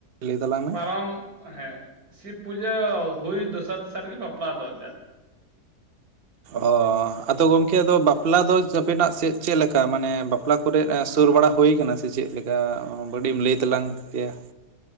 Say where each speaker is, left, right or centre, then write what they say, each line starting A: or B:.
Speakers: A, on the right; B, on the right.
A: ᱞᱟᱹᱭ ᱛᱟᱞᱟᱝ ᱢᱮ
B: ᱯᱟᱨᱚᱢ ᱦᱮᱸ ᱥᱤᱵᱽ ᱯᱩᱡᱟᱹ ᱦᱩᱭ ᱫᱚᱥᱟᱨ ᱫᱚᱥᱟᱨ ᱨᱮᱜᱮ ᱵᱟᱯᱞᱟ ᱫᱚ ᱮᱱᱛᱮᱫ
A: ᱚ ᱟᱫᱚ ᱜᱚᱝᱠᱮ ᱟᱫᱚ ᱵᱟᱯᱞᱟ ᱫᱚ ᱟᱯᱮᱱᱟᱜ ᱥᱮᱫ ᱪᱮᱫᱞᱮᱠᱟ ᱢᱟᱱᱮ ᱵᱟᱯᱞᱟ ᱠᱚᱨᱮᱫ ᱥᱩᱨ ᱵᱟᱲᱟ ᱦᱩᱭ ᱟᱠᱟᱱᱟ ᱥᱮ ᱪᱮᱫ ᱞᱮᱠᱟ ᱠᱟᱹᱲᱤᱡ ᱮᱢ ᱞᱟᱹᱭ ᱛᱟᱞᱟᱝ ᱠᱮᱭᱟ